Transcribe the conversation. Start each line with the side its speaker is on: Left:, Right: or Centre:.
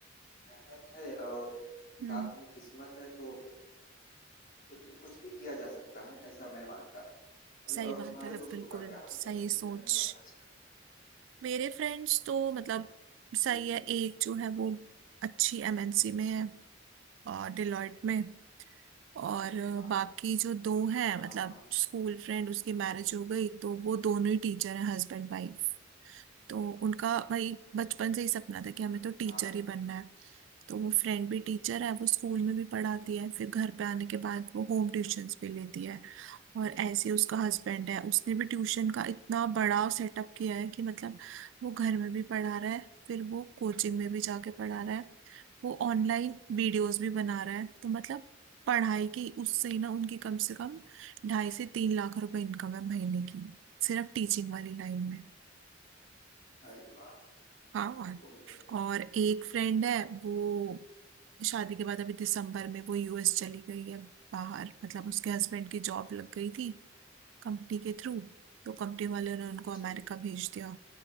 Left: मेहनत है और
Right: हम्म
Left: साथ में किस्मत है तो कुछ कुछ भी किया जा सकता है ऐसा मैं मानता हूँ और,
Right: सही
Left: और
Right: बात
Left: तुम्हारे
Right: है
Left: दोस्तों
Right: बिल्कुल
Left: का क्या हाल
Right: सही
Left: चाल है किधर
Right: सोच
Left: है वह आजकल
Right: मेरे फ्रेंड्स तो मतलब सही
Left: जी
Right: है
Left: जी
Right: एक जो है वो अच्छी एमएनसी में है और डिलॉयट में और
Left: हाँ
Right: बाकी
Left: हाँ
Right: जो दो हैं
Left: हाँ
Right: मतलब
Left: हाँ
Right: स्कूल फ्रेंड उसकी मैरिज हो गई तो वो दोनों ही टीचर हैं हस्बैंड वाइफ तो उनका भाई बचपन से ही सपना था कि हमें
Left: हम्म, हम्म,
Right: तो टीचर
Left: हाँ
Right: ही बनना है तो वो फ्रेंड भी टीचर है वो स्कूल में भी पढ़ाती है फिर घर पे आने के बाद वो होम ट्यूशंस भी लेती है और ऐसे ही उसका हस्बैंड है उसने भी ट्यूशन का इतना बड़ा सेटअप किया है कि मतलब वो घर में भी पढ़ा रहा है फिर वो कोचिंग में भी जाके पढ़ा रहा है वो ऑनलाइन वीडियोस भी बना रहा है तो मतलब पढ़ाई की उससे ही ना उनकी कम से कम ढाई से तीन लाख रुपए इनकम है महीने की सिर्फ टीचिंग वाली लाइन में
Left: अरे वाह
Right: हाँ
Left: यह
Right: और
Left: तो बहुत बढ़िया है
Right: और एक फ्रेंड है वो शादी के बाद अभी दिसंबर में वो यूएस चली गई है बाहर मतलब उसके हस्बैंड की जॉब लग गई थी कंपनी के थ्रू तो कंपनी वालों ने उनको अमेरिका
Left: जी जी
Right: भेज दिया